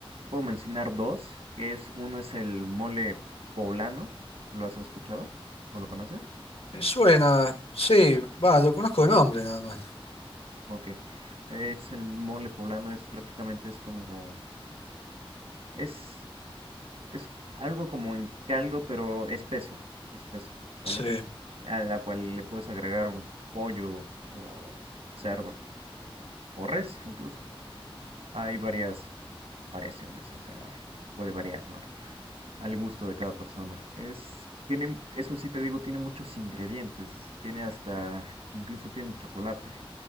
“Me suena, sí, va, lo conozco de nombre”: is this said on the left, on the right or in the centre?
Left